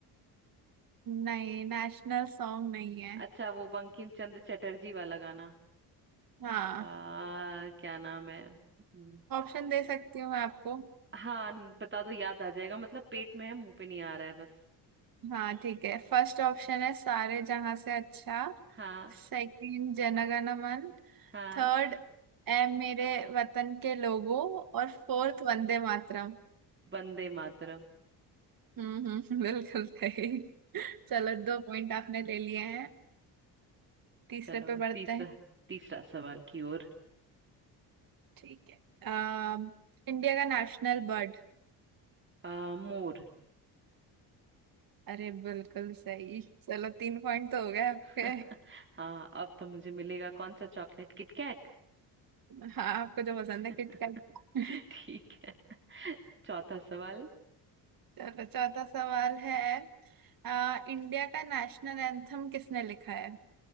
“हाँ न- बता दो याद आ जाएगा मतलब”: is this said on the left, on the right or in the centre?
Right